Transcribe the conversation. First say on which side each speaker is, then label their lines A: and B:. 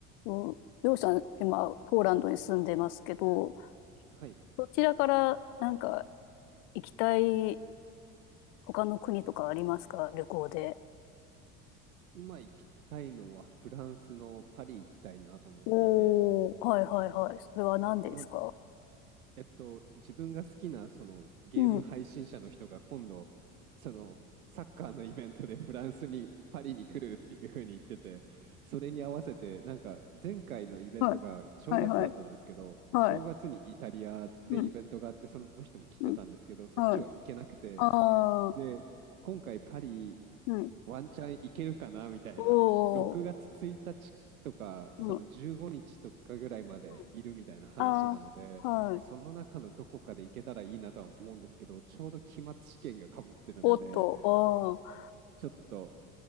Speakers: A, on the left; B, on the right.
A: うん、りょうさん、今、ポーランドに住んでますけど、
B: はい、
A: そちらからなんか行きたい他の国とかありますか旅行で。
B: 今行きたいのはフランスのパリ行きたいなと思っていて、
A: おー、はいはいはい。それは何ですか
B: まあ、えっと、自分が好きなそのゲーム配信者の人が今度、
A: うん。
B: そのサッカーのイベントでフランスに、パリに来るっていうふうに言ってて、それに合わせて、なんか前回のイベントが正月だったんですけど、
A: はい、はい、はい、はい、
B: 正月にイタリアでイベントがあって、
A: うん、
B: その人も来てたんですけど、
A: うん、
B: そっちは行けなくて、
A: はい、あー、
B: で、今回パリ、
A: はい、
B: ワンチャン行けるかなみたいな、
A: おー、
B: 6月1日とか、
A: うん、
B: その15日とかぐらいまでいるみたいな話なので、
A: うんあー、はい、
B: その中のどこかで行けたらいいなとは思うんですけど、ちょうど期末試験がかぶってるので、
A: おっと、ああ、
B: ちょっと、